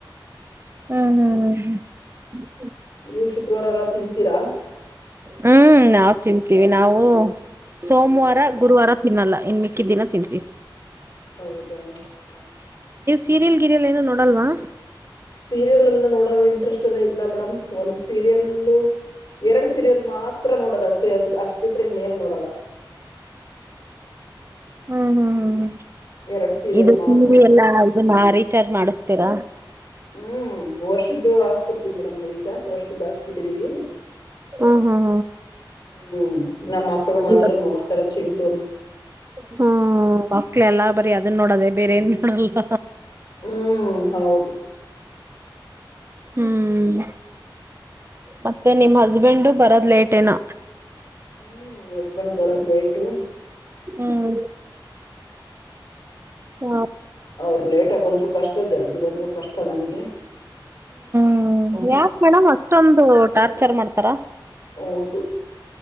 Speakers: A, on the right; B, on the left.
A: ಹ್ಮ ಹ್ಮ ಹ್ಮ್ ಹ್ಮ
B: ನೀವ ಶುಕ್ರವಾ ಎಲ್ಲ ತಿಂತೀರಾ.
A: ಹ್ಮ್ ನಾವ್ ತಿನ್ಂತೀವಿ ನಾವು ಸೋಮವಾರ ಗುರುವಾರ ತಿನ್ನಲ್ಲ. ಇನ್ ಮಿಕ್ಕಿ ದಿನ ತಿಂತಿವಿ.
B: ಹೌದಾ
A: ಸೀರಿಯಲ್ ಗಿರಿಯಲ್ ಏನು ನೋಡಲ್ವಾ?
B: ಸೀರಿಯಲ್ ಎಲ್ಲ ನೋಡವ ಇಂಟ್ರೆಸ್ಟ್ ಇಲ್ಲ ಮೇಡಮ್. ಒಂದು ಸೀರಿಯಲ್ಲ ಎರಡು ಸೀರಿಯಲ್ ಮಾತ್ ತ್ರ ನೋಡೋದ ಅಷ್ಟೇ ಅಷ್ಟಬಿಟ್ಟರೆ ಇನ್ನೇನ್ ನೋಡಲ್ಲ.
A: ಹ್ಮ್ ಹ್ಮ್ ಹ್ಮ್
B: ಎರಡ್ ಸೀರಿಯಲ್
A: ಇದು
B: ಮಾತ್ರ
A: ಟಿವಿ
B: ನೋಡ್
A: ಎಲ್ಲಾ ಇದನ್ನ ರೀಚಾರ್ಜ್ ಮಾಡಿಸ್ತೀರಾ?
B: ಹ್ಮ್ ವರ್ಷದ್ದು ಹಾಕ್ಸ್ ಬಿಡ್ತಿವಿ ಮೇಡಮ್ ನಾವೀಗ ವರ್ಷ ದಾಕ್ಸ್ಬಿಟ್ಟಿದ್ದೀವಿ.
A: ಹ್ಮ್ ಹ್ಮ್
B: ಹ್ಮ್ ನಮ್ಮ ಮಕ್ಳು ಮಾತ್ರ
A: ಹ್ಮ್
B: ನೋಡ್ತಾರೆ ಚಿಂಟುನ.
A: ಹ್ಮ್ ಮಕ್ಳ ಎಲ್ಲ ಬರಿ ಅದನ್ ನೋಡದೆ ಬೇರೆ ಏನ್ ನೋಡಲ್ಲ.
B: ಹ್ಮ್ ಹೌದು.
A: ಹ್ಮ್ ಮತ್ತೆ ನಿಮ್ ಹಸ್ಬೆಂಡು ಬರದ್ ಲೇಟ ಏನೋ.
B: ಹ್ಮ್ ಹಸ್ಬೆಂಡ್ ಬರದ ಲೇಟು.
A: ಹ್ಮ್ ಹ್ಮ್
B: ಅವರು ಲೇಟಾಗಿ ಬಂದ್ರು ಕಷ್ಟ ಜಲ್ದಿ ಬಂದ್ರು ಕಷ್ಟ ನಮಗೆ.
A: ಹ್ಮ್ ಯಾಕ ಮೇಡಮ್ ಅಷ್ಟೊಂದು ಟಾರ್ಚರ್ ಮಾಡ್ತಾರ.
B: ಹೌದು